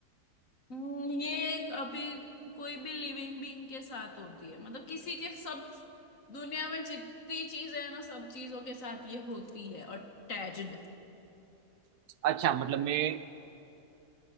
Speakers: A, on the left; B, on the right.
A: हम्म, ये अभी कोई भी लिविंग बीइंग के साथ होती है मतलब किसी के सब दुनिया में जितनी चीजें है ना सब चीजों के साथ ये होती है अटैच्ड
B: अच्छा मतलब मैं